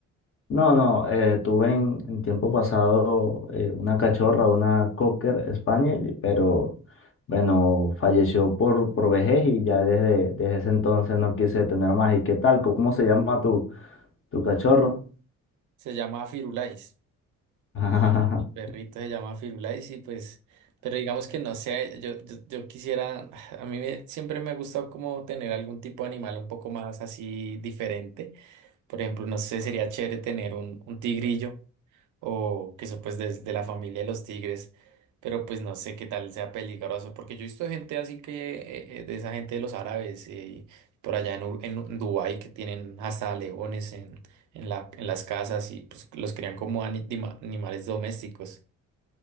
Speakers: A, on the left; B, on the right.
A: No, no, eh, tuve en, en tiempo pasado eh, una cachorra, una Cocker Spaniel, pero bueno, falleció por, por vejez y ya desde, desde ese entonces no quise tener más. ¿Y qué tal? ¿Cómo se llama tu, tu cachorro?
B: Se llama Firulais. El,
A: <laughs>
B: el perrito se llama Firulais y pues, pero digamos que no sé, yo, yo, yo quisiera, <sighs> a mí me- siempre me ha gustado como tener algún tipo de animal un poco más así diferente. Por ejemplo, no sé, sería chévere tener un, un tigrillo o que son pues de, de la familia de los tigres, pero pues no sé qué tal sea peligroso, porque yo he visto gente así que, eh, eh, de esa gente de los árabes, eh, por allá en, Ur- en U- en Dubái que tienen hasta leones en, en la, en las casas y pues los crían como ani- dima- animales domésticos.